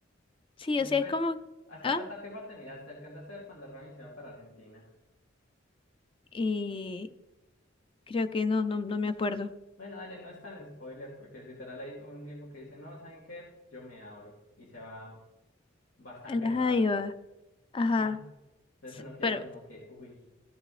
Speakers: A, on the left; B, on the left.
A: sí,
B: después,
A: o sea, es como,
B: ¿hasta,
A: ah,
B: hasta qué parte miraste? ¿Alcanzaste a ver cuando Robin se va para Argentina?
A: y creo que no, no, no me acuerdo.
B: Bueno, dale, no es tan spoiler, porque literal hay un tiempo que dice, no, ¿saben qué? Yo me abro, y se va bastante
A: Ajá,
B: rato.
A: Ajá.
B: Ajá. Entonces
A: S-
B: uno queda
A: Pero,
B: como que, uy,